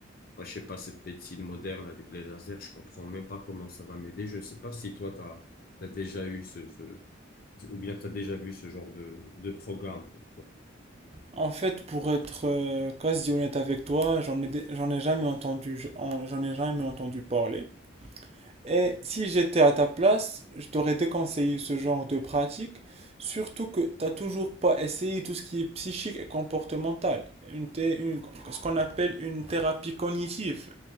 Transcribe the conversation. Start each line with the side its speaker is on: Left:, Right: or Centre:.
Left: bah, je sais pas, cette médecine moderne avec les lasers, je comprends même pas comment ça va m'aider. Je sais pas si toi, t'as, t'as déjà eu ce, ce ou bien tu as déjà vu ce genre de, de programme. quoi.
Right: En fait, pour être euh, quasi honnête avec toi, j'en ai, dé- j'en ai jamais entendu, j'en j'en ai jamais entendu parler. Et si j'étais à ta place, je t'aurais déconseillé ce genre de pratique, surtout que t'as toujours pas essayé tout ce qui est psychique et comportemental, une, thé- une- ce qu'on appelle une thérapie cognitive.